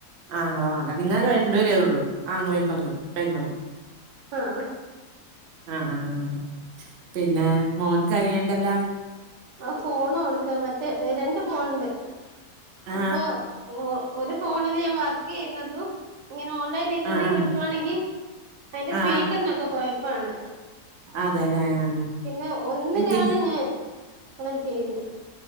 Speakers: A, on the right (about 60°); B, on the right (about 80°).
A: ആങ്ങള മാത പിന്നെ ഒരു രണ്ട് പേര് ഉള്ളൂ ആങ്ങളേം പേ പേങ്ങളും
B: ആഹ്
A: ആഹ് ആഹ് പിന്നെ മോൻ കരയ്ണ്ടല്ലോ
B: ആഹ് ഫോണ് കൊടുക്ക മറ്റേ എ രണ്ട് ഫോണ് ണ്ട്
A: ആ
B: അപ്പൊ ഒരു ഫോണില് ഞാൻ വർക്ക് ചെയ്യന്നതു ഇങ്ങനെ ഓൺലൈൻ ആയിട്ട്
A: ആ
B: എന്തെങ്കിലും
A: ആ
B: കിട്ടവാണെങ്കിൽ അതിന്റെ
A: ആ
B: സ്പീക്കറിനൊക്കെ കുഴപ്പാണ്.
A: അതെല്ലേ ആ
B: പിന്നെ ഒന്നിലാണ്
A: എന്തെ
B: ഞാൻ <unintelligible> ചെയ്യുന്ന